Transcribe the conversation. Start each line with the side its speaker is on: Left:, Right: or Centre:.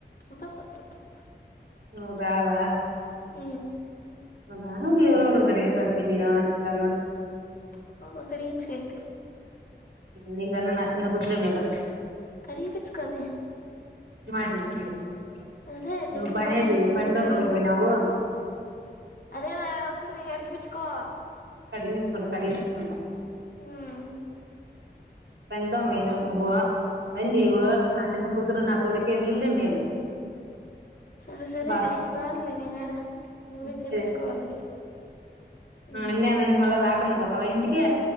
Left: అబ్బబ్బా బ్బా బ్బా
Right: నువ్వు రాలే
Left: ఉమ్
Right: నువ్వు రానప్పుడు ఎవరో ఒకరు కడిగేస్తారు నేనో హరిత నో
Left: అబ్బబ్బా అడిగి చెయ్ అయితే
Right: మీకన్న నా చిన్న కూతురే మేలు
Left: కడిగి పిచ్చుకో అదే
Right: <unintelligible>
Left: అదే చెప్పిన
Right: నువ్వు పనే
Left: మాట వింటుంది
Right: చేయవు పని
Left: కదా
Right: దొంగ
Left: కడుగిపిచ్చుకు
Right: అయిపోయినావు
Left: అదే మా వస్తుంది కడిగిపిచ్చుకో
Right: కడిగి పిచ్చుకుంట కడిగి పిచ్చుకుంట
Left: ఉమ్
Right: పని దొంగవైనవ్ నువ్వు పని చేయవు నా చిన్న కుతురు నా కొడుకే విళ్ళే మేలు
Left: సరే సరేలే
Right: బా
Left: రానులే నేనుడా నువ్వే
Right: బాగా
Left: చేపించుకోవాళ్ళ దగ్గర ఉమ్
Right: అన్యానని మళ్ళా రాకుండా పోతావా ఇంటికి